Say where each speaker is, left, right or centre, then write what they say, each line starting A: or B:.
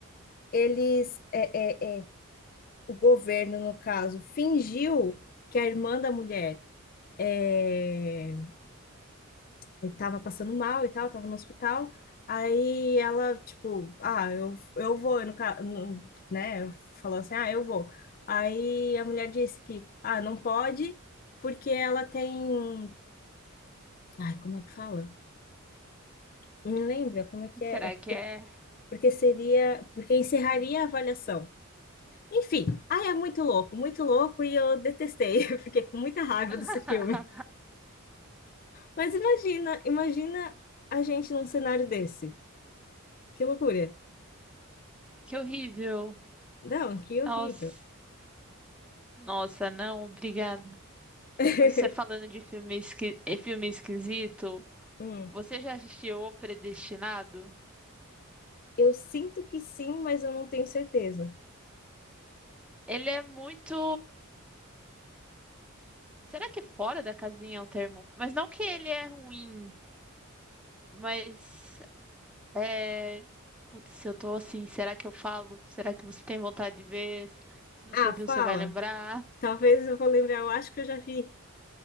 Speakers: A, on the left; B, in the centre.
A: eles é, é, é, o governo, no caso, fingiu que a irmã da mulher é, estava passando mal e tal, estava no hospital. Aí ela, tipo, ah, eu, eu vou, no, ca- no, né? Falou assim, ah, eu vou. Aí a mulher disse que, ah, não pode, porque ela tem. um", Ai, como é que fala? Me lembra como é que
B: Será
A: é? É
B: que é?
A: Porque seria. Porque encerraria a avaliação. Enfim, ai, é muito louco, muito louco, e eu detestei. <laughs> Eu fiquei com muita raiva
B: <laughs>
A: desse filme. Mas imagina, imagina a gente num cenário desse. Que loucura.
B: Que horrível.
A: Não, que horrível.
B: Nossa, nossa, não, obrigada.
A: <laughs>
B: Mas você falando de filme, esqui- eh, filme esquisito,
A: Hum.
B: você já assistiu O Predestinado?
A: Eu sinto que sim, mas eu não tenho certeza.
B: Ele é muito. Será que é fora da casinha é um termo? Mas não que ele é ruim, mas. É, putz, se eu tô assim, será que eu falo? Será que você tem vontade de ver? Se você
A: Ah,
B: viu,
A: fala.
B: você vai lembrar.
A: Talvez eu vou lembrar, eu acho que eu já vi.